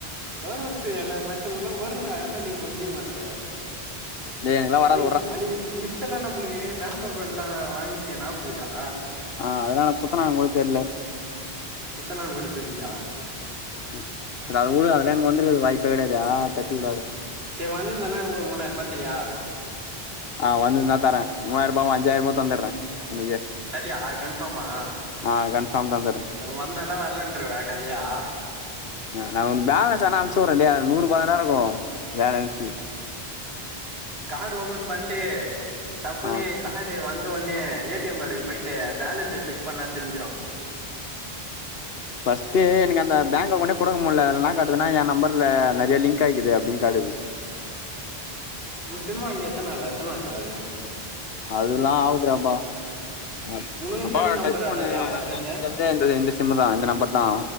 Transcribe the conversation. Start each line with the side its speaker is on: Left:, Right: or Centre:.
Right: கவர்மெண்ட் ஸ்கூல் எல்லாம் பச்சவங்களல்லாம் வரும்ண்டா ஏடா நீ புஞ்சிக்க மாட்ற
Left: டேய் எனக்குலாம்
Right: அதி
Left: வராது
Right: அன்னிக்கி மிஸ் மிஸ்லாம் நம்மளுக்கு பேங்க் அக்கௌண்ட்லாம் வாங்கிச்சே நாபகம் இருக்கா
Left: ஆ அதலா நா குத்தனாங் கூட தெர்ல
Right: குத்தனாங் கூட தெர்லியா
Left: ம் அத உடு அதுலா எனக்கு வந்துருக்க வாய்ப்பே கிடையாது தட்டி உடா அத
Right: சேரி வந்திருந்தனா எனக்கு மூனாய்ரூபா தரியா
Left: அ வந்திருந்தா தர மூவாயிரரூபாவு அஞ்சாயிரூமோ தந்திடுறே உனக்கு
Right: தரியா கன்ஃபாம்மா
Left: ஆ கன்ஃபார்ம் தந்துர்றே
Right: வந்தாள வரலன்ருவ கதையா
Left: நா உ பேலன்ஸ் வேன அனுச்சு விடுற டேய் அதுல நூரூபா தான்டா இருக்கு பேலன்ஸூ
Right: கார்டு ஓப்பன் பண்டு டப்புனு
Left: ஆ
Right: கார்டு வந்தோடனே ஏ டி எம் கார்டுக்கு போயிட்டு பேலன்ஸை செக் பண்ணா தெரிஞ்சிரு
Left: ஃபஸ்ட்டு எனக்கு அந்த பேங்க் அக்கௌண்டே குடுக்க முடில என்ன காட்டுதுனா என் நம்பர்ல நிறைய லிங்க் ஆகிது அப்டின்னு காட்டுது
Right: ம் சிம் வாங்கி எத்தனால எத்தன வருஷோ ஆவுது
Left: அதுல்லா ஆவுதுடாப்பா அப்
Right: உனக்குன்
Left: அப்போ
Right: தனி நம்பராடா
Left: டச் போனு
Right: அது அப்பத்துலந்தே
Left: <unintelligible> இந்த சிம் தான் இந்த நம்பர் தா